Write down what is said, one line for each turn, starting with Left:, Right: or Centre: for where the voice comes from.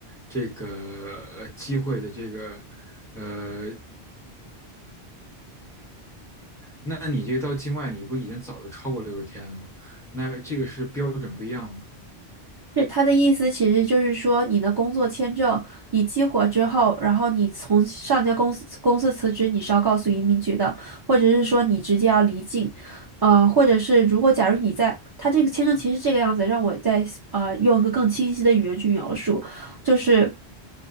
Centre: 这个呃机会的这个呃，那你这个到境外你不已经早就超过六十天了吗？那这个是标准不一样吗？
Right: 是他的意思，其实就是说，你的工作签证你激活之后，然后你从上家公司公司辞职，你是要告诉移民局的，或者是说你直接要离境，呃，或者是如果假如你在他这个签证其实是这个样子，让我再呃用一个更清晰的语言去描述，就是